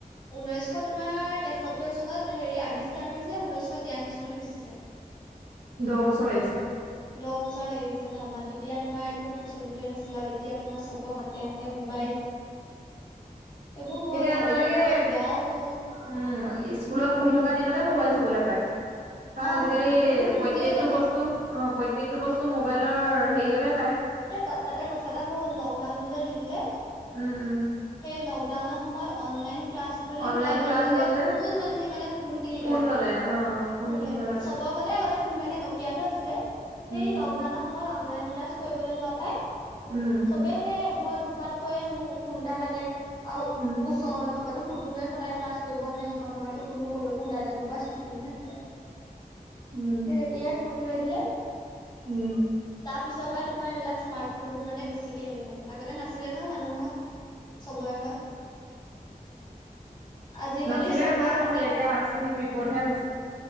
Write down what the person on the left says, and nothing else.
ঊনৈছশ তোমাৰ তেসত্তৰ চনত হেৰি আৱিষ্কাৰ কৰিছিলে, ঊনৈছশ তিৰাশী চনত বেছিছে।
দহ বছৰ লাগি গৈছে, ভাবা। তেতিয়া তোমাৰ একো প্ৰচলিতই নাছিলে আৰু এতিয়া তোমাৰ চবৰ হাতে হাতে মোবাইল। এইবোৰ হৈ
ভালো
হ'ল, বেয়াও হ'ল।
অ',
আমি দেখোন বুজিয়ে
নাপাওঁ
এ তাত, তাতেই কথা এটা হ'ল, লকডাউনটো যে দি দিলে
সেই লকডাউনৰ সময়ত অনলাইন ক্লাছ বুলি
কোৱাৰ লগে
লগে,
বহুত
মানুহে মানে ফোনটো কিনি
পেলালে।
ফোন
ল'লে,
চবৰ ঘৰতে আগতে ফোন থাকে, ন কিয়াটো আছিলে, সেই
লকডাউনৰ সময়ত অনলাইন ক্লাছ কৰিবলৈ লোৱা পাই,
চবেই সেই ঘৰত উৎপাত কৰে মোক ফোন এটা লাগে আৰু
ওচৰ মানুহৰ ঘৰতো ফোনটোলৈ সদায় ক্লাছ কৰিব নোৱাৰে, সেইকন সময়ততো কোনো ক'লেকো ওলাই যাব পৰা চি মেই নাছিলে,
সেই তেতিয়াই ফোন লৈ দিলে।
তাৰপিছৰ পৰাই তোমাৰ এইবিলাক স্মাৰ্ট ফোনটো মানে বেছি কে আহি গ'ল, আগতে নাছিলে নহয় মানুহৰ ঘৰত, চবৰে ঘৰত। আজিকালি
চবৰ
হাতে
হাত